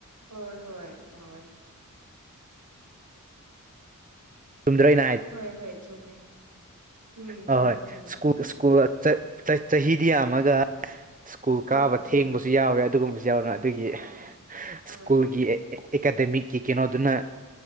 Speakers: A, on the right; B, on the right.
A: ꯍꯣꯏ ꯍꯣꯏ ꯇꯥꯋꯦ
B: ꯆꯨꯝꯗ꯭ꯔ ꯑꯩꯅꯥ
A: ꯍꯣꯏ ꯍꯣꯏ ꯆꯨꯝꯃꯦ ꯎꯝ
B: ꯍꯣꯏ
A: ꯆꯨꯝꯃꯦ
B: ꯍꯣꯏ
A: ꯆꯨꯝꯃꯦ
B: ꯁ꯭ꯀꯨꯜ ꯁ꯭ꯀꯨꯜ ꯆꯍꯤꯗꯤ ꯌꯥꯝꯃꯒ ꯁ꯭ꯀꯨꯜ ꯀꯥꯕ
A: ꯍꯣꯏ
B: ꯊꯦꯡꯕꯁꯨ
A: ꯍꯣꯏ
B: ꯌꯥꯎꯋꯦ ꯑꯗꯨꯒꯨꯝꯕꯁꯨ ꯌꯥꯎꯋꯦ ꯑꯗꯒꯤ
A: ꯑꯣ ꯍꯣꯏ
B: ꯁ꯭ꯀꯨꯜꯒꯤ
A: ꯍꯣꯏ
B: ꯑꯦꯀꯥꯗꯃꯤꯛꯀꯤ ꯀꯩꯅꯣꯗꯨꯅ